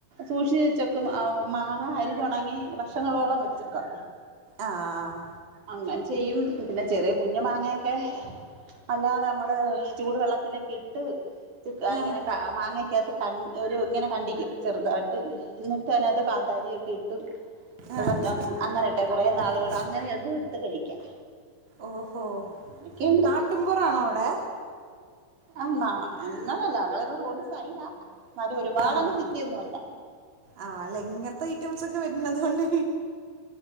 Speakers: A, on the right; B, on the right.
A: സൂക്ഷിച്ചു വെക്കും മാങ്ങ അരിഞ്ഞുണങ്ങി വർഷങ്ങളോളം വെച്ചേക്കാം
B: ആഹ്
A: അങ്ങനെ ചെയ്യും പിന്നെ ചെറിയ കുഞ്ഞു മാങ്ങയൊക്കെ അല്ലാതെ നമ്മള് ചൂട് വെള്ളത്തിലൊക്കെ ഇട്ട്
B: ആഹ്
A: ഇങ്ങനെ ക്കെ മാങ്ങക്കകത്ത് ക ഒരു ഇങ്ങനെ കണ്ടിക് ചെറുതായിട്ട് അയ്നകത്ത് കാന്താരിയൊക്കെ ഇട്ടു
B: ആഹ്
A: വെള്ളം അങ്ങനെ ഇട്ടെ കുറെ
B: അങ്ങനെട്ടെ
A: നാളുകൾ
B: കുറേ
A: അങ്ങനെ ഇട്ട് ഇത്എടുത്ത് കഴിക്കാം
B: ഓഹോ
A: അങ്ങനൊക്കെയുണ്ട്
B: നാട്ടുമ്പൊറാണോ അവിടെ
A: ആ ന്നാ അങ്ങനെല്ല ഞങ്ങൾ ഇപ്പ റോഡ് സൈഡാ എന്നാലും ഒരുപാടങ്ങ്
B: ആണോ
A: സിറ്റിയൊന്നും അല്ല
B: ആഹ് അല്ല ഇങ്ങനത്തെ ഐറ്റംസ് ഒക്കെ വരുന്നതു കൊണ്ട്